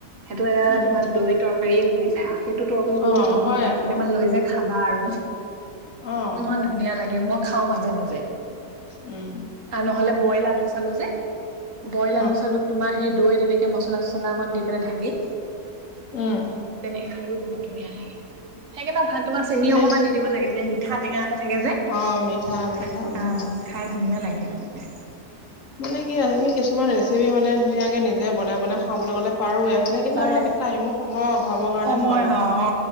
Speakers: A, on the right; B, on the left.
A: সেইটো এটা
B: উম
A: তোমাৰ দৈ তৰকাৰী হৈ যায় আৰু সেইটো তৰকাৰিৰ লগত
B: অ
A: যে গৰম
B: হয়
A: ভাত
B: আকৌ
A: কেইটামান লৈ যে খাবা আৰু
B: অ
A: ইমান ধুনীয়া লাগে মই খাও মাজে-মাজে।
B: উম।
A: আৰু নহ'লে বইল আলু চালু যে বইল
B: অ
A: আলু চালুত তোমাৰ সেই দৈ তেনেকে মচলা চচলা অকণ দি পেলাই ঢাকি
B: উম
A: তেনেকে খায়ও বহুত ধুনীয়া লাগে। সেইকেইটা ভাত তোমাৰ চেনি
B: এনে
A: অকণমান দি দিব লাগে তেতিয়া মিঠা টেঙা এটা থাকে যে
B: অ মিঠা মিঠা
A: অ
B: উম
A: খাই ধুনীয়া লাগে তেনেকে
B: মানে কি আমি কিছুমান ৰেচিপি মানে ধুনীয়াকে নিজে বনাই বনাই খাওঁ বুলি ক'লে পাৰো হয় নে কিন্তু
A: পাৰে
B: আমাৰ টাইমৰ সময়ৰ অভাৱৰ কাৰণে
A: সময়
B: খোৱা নহয়
A: হয় অ